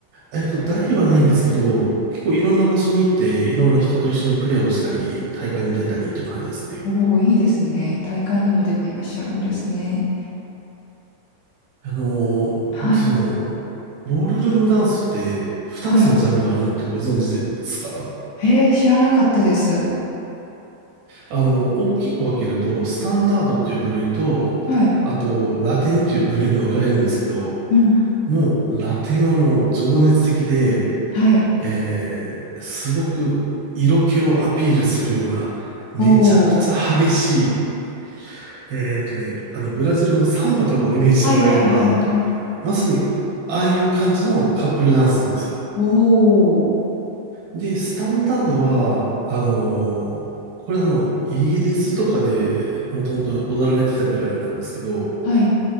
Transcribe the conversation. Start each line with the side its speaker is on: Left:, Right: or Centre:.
Right: えっと、大はないんですけど、結構いろんな場所に行って、いろんな人と一緒にプレーをしたり、大会に出たりという感じですね。
Left: おおー、いいですね。大会にも出ていらっしゃるんですね。
Right: あのー、
Left: はい。
Right: 僕その、ボールルームダンスって2つのジャンルがあるのってご存知ですか
Left: はい。へえ、知らなかったです。
Right: あの、大きく分けると、スタンダードっていう部類と、
Left: はい。
Right: あと、ラテンっていう部類に分かれるんですけど、
Left: うん。
Right: もう、ラテンはもう情熱的で、
Left: はい。
Right: えー、すごく色気をアピールするような、めちゃくちゃ激しい、
Left: おお。
Right: えーとね、あの、ブラジルのサンバとかをイメージしてもらえれば、
Left: はいはいはいはい。
Right: まさに、ああいう感じのカップルダンスなんですよ。
Left: おお。
Right: で、スタンダードは、あのーこれあの、イギリスとかでもともと踊られてたぐらいなんですけど、
Left: はい。